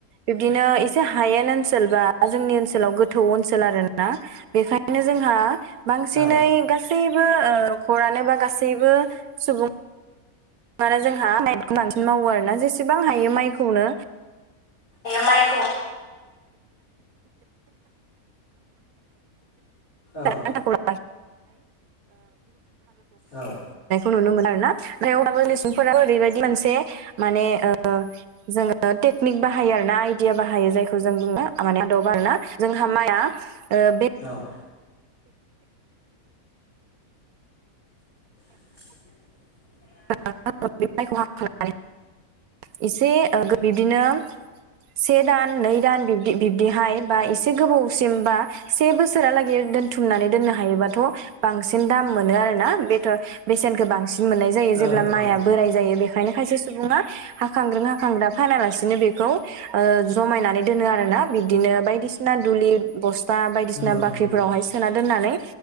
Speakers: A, on the right; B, on the left.
A: बिब्दिनो एसे हायेन ओनसोल बा जोंनि ओनसोलाव गोथौ ओनसोल आरो बेखायनो जोंहा बांसिनै
B: औ
A: गासैबो खरानो बा गासैबो सुबुं मान जोंहााइ बांसिन मावो आरोोना जेसेबां हायो माइखौनो
B: एम आइखौ औ
A: <unintelligible>
B: औ
A: नुनो मोन आरो ना मफ्राय अब्लााबो लिसुंफोरााब ओरैबायदि मोनसे माने जोङो टेकनिक बाहायो आरो ना आइदिया बाहायो जायखौ जों बुंनो माने आदबा आरोना जोंहा माइआ ओ बे
B: औ <unintelligible>
A: <unintelligible> से दान नै दान बिब्दि बिब्दिहाय बा एसे गोबावसिम बा से बोसोरालागै दोनथुमनानै दोननो हायोबाथ' बांसिन दाम मोनो आरोना बे बेसेनखौो बांसिन मोननाय जायो
B: औ
A: जेब्ला माइआ
B: औ
A: बोराय जायो बेखायनो खायसे सुबुङा? हाखांग्रों हाखांग्रा फानालासिनो बेखौ जमायनानै दोनो आरो ना बिदिनो बायदिसिना दुलि बसथा बायदिसिना
B: नंगौ
A: बाख्रिफोरावहाय
B: नंगौ
A: सोना दोननानै